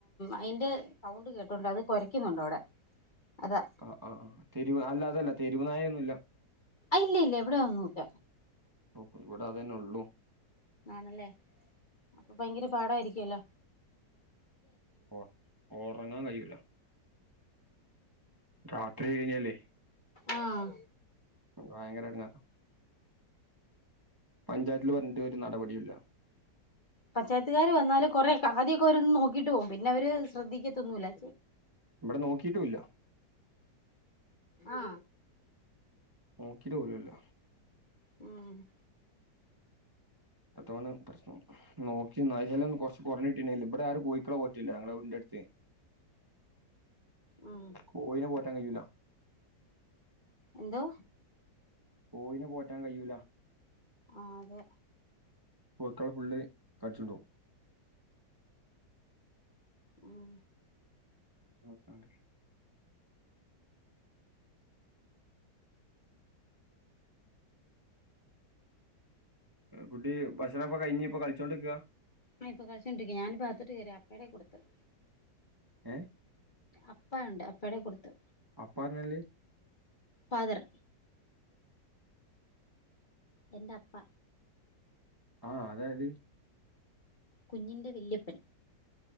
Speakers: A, on the left; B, on the right.
A: അതിന്റെ സൗണ്ട് കേട്ടോണ്ട് അത്. കൊരയ്ക്കുന്നുണ്ട് അവിടെ അതാ
B: ആ ആഹ് തെരുവ് അല്ല അതല്ല തെരുവ്നായ ഒന്നും ഇല്ല.
A: ഇല്ല ഇല്ല എവിടെ ഒന്നൂല്ല.
B: ഹോ ഇവിടെ അതന്നെ ഉള്ളു.
A: ആണല്ലേ അപ്പൊ ഭയങ്കര പാടായിരിക്കല്ലോ
B: ഓ ഉറങ്ങാൻ കഴൂല രാത്രി കഴിഞ്ഞല്ലേ
A: ആഹ
B: ഭയങ്കര എടങ്ങാ പഞ്ചായത്തി പറഞ്ഞിട്ട് ഒരു നടപടില്ല
A: പഞ്ചായത്തുകാര് വന്നാൽ കൊറെ ആദ്യൊക്കെ അവന്ന് നോക്കിട്ട് പോകും പിന്നെ അവര്- ശ്രദ്ധിക്കത്തൊന്നൂല
B: ഇവിടെ നോക്കിയിട്ടുമില്ല
A: ആ
B: നോക്കിട്ടു പോലുമില്ല
A: ഉ്മ
B: അതോാണ് പ്രശ്നം നോക്കി നാലന്നും കുറച്ച് കുറഞ്ഞിട്ടുണ്ടല്ല ഇവിടെ ആരും കോയിക്കളോ പോറ്റില്ല ഞങ്ങളെ വ-
A: ഉം
B: കോയിനെ പോറ്റാൻ കഴിൂല
A: എന്തോ
B: കോയിനേ പോറ്റാൻ കഴിയൂല
A: ആതെ
B: കോയിക്കളെ ഫുള്ള് കടിച്ചുണ്ടും
A: ഉം
B: അസേ <unintelligible> കുട്ടി ഭക്ഷണംപ്പൊ കഴിഞ്ഞ ഇപ്പൊ കളിച്ചോണ്ടിരിക്കുക
A: ആ ഇപ്പ കളിച്ചോണ്ടിരിക്കേ ഞാനിപ്പാ അകത്തോട്ടു വരിക അപ്പേയുടെ കൊടുത്ത-
B: ഏ
A: അപ്പുണ്ട് അപ്പടെ കൊടുത്തു
B: അപ്പ പറഞ്ഞല്ലേ
A: ഫാദർ എന്റെ അപ്പ
B: ആഹ അതായായത്
A: കുഞ്ഞിന്റെ വല്യപ്പൻ